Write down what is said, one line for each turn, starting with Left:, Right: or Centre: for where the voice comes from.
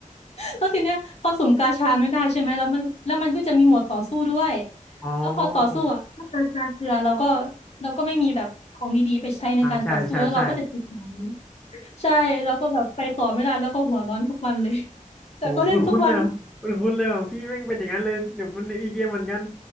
Left: แล้วทีเนี้ยพอสุ่มกาชาไม่ได้ใช่ไหมแล้วมันแล้วมันก็จะมีโหมดต่อสู้ด้วย
Centre: อ๋อ
Left: แล้วพอต่อสู้อ่ะถ้ากาชาเกลือเราก็เราก็ไม่มีแบบของดีๆไปใช้ในการต่อสู้แล้วเราก็จะติดแบบนี้
Centre: อ่าใช่ใช่ ใช่
Left: ใช่แล้วก็แบบไปต่อไม่ได้แล้วก็หัวร้อนทุกวันเลย <laughs> แต่ก็เล่นทุกวัน
Centre: โอ้คุ้นคุ้นนะคุ้นคุ้นเลยว่ะพี่แม่งเป็นอย่างนั้นเลยเดี๋ยวมันอีเกมเหมือนกัน